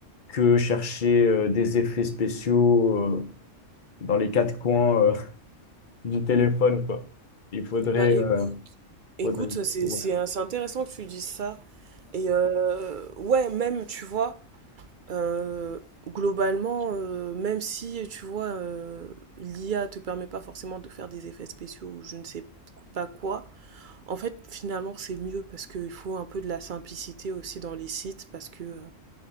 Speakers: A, on the left; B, on the right.
A: que chercher euh, des effets spéciaux euh, dans les quatre coins euh, <laughs> du téléphone, quoi. Il faudrait...
B: Bah éc-
A: euh,
B: écoute,
A: faudrait-
B: c'est
A: Ouais.
B: c'est un- c'est intéressant que tu dises ça. Et euh, ouais, même, tu vois. Euh, globalement, euh, même si, tu vois, euh, l'IA te permet pas forcément de faire des effets spéciaux ou je ne sais pas quoi, en fait, finalement, c'est mieux parce qu'il faut un peu de la simplicité aussi dans les sites parce que euh,